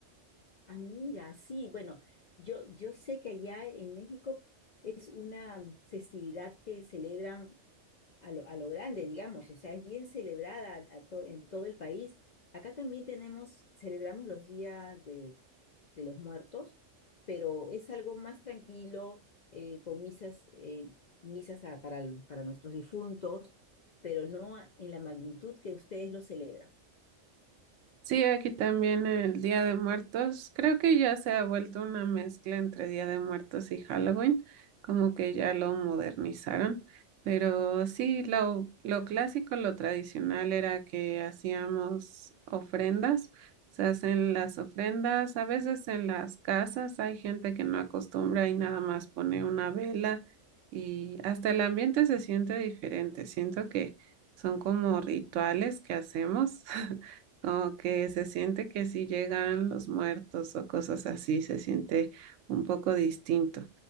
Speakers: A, on the left; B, on the right.
A: Amiga, sí, bueno, yo, yo sé que allá en México es una festividad que celebran a lo, a lo grande, digamos, o sea, es bien celebrada a to- en todo el país. Acá también tenemos, celebramos los días de, de los muertos, pero es algo más tranquilo, eh, con misas, eh, misas a- para, para nuestros difuntos, pero no en la magnitud que ustedes lo celebran.
B: Sí, aquí también el Día de Muertos. Creo que ya se ha vuelto una mezcla entre Día de Muertos y Halloween, como que ya lo modernizaron. Pero sí, lo, lo clásico, lo tradicional era que hacíamos ofrendas. Se hacen las ofrendas, a veces en las casas hay gente que no acostumbra y nada más pone una vela y hasta el ambiente se siente diferente. Siento que son como rituales que hacemos. <laughs> Como que se siente que si llegan los muertos o cosas así, se siente un poco distinto.